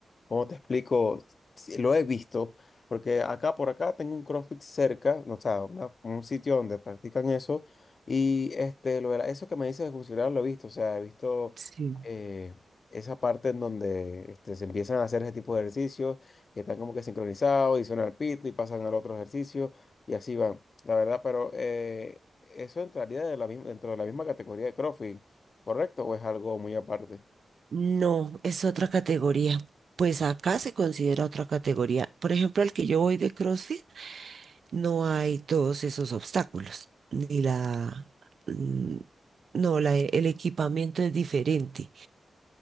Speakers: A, on the left; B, on the right.
A: ¿Cómo te explico? Sí, lo he visto, porque acá por acá tengo un CrossFit cerca, no, o sea, una- un sitio donde practican eso, y este, lo de la- eso que me dices de funcionar lo he visto, o sea, he visto
B: Sí.
A: eh, esa parte en donde este, se empiezan a hacer ese tipo de ejercicios, que están como que sincronizados, y suenan al pito y pasan al otro ejercicio, y así van, la verdad, pero eh, eso entraría de la misma, dentro de la misma categoría de CrossFit, ¿correcto? ¿O es algo muy aparte?
B: No, es otra categoría. Pues acá se considera otra categoría. Por ejemplo, al que yo voy de CrossFit, no hay todos esos obstáculos. Ni la... mm, No, la, el equipamiento es diferente.